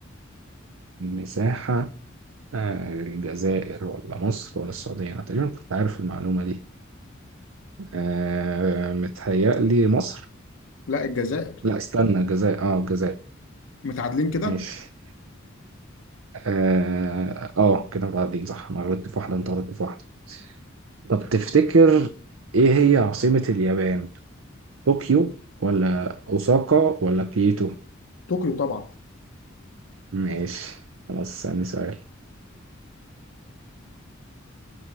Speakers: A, on the right; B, on the left.
A: المساحة آه، الجزائر ولا مصر ولا السعودية أنا تقريبا كنت عارف المعلومة دي آه، متهيألي مصر
B: لا الجزائر
A: لا استنى الجزائر اه الجزائر
B: متعادلين كده؟
A: ماشي اه آه، كده متعادلين صح أنا غلطت في واحدة أنت غلطت في واحدة طب تفتكر إيه هي عاصمة اليابان؟ طوكيو ولا أوساكا ولا كيوتو؟
B: طوكيو طبعا
A: ماشي خلاص ثاني سؤال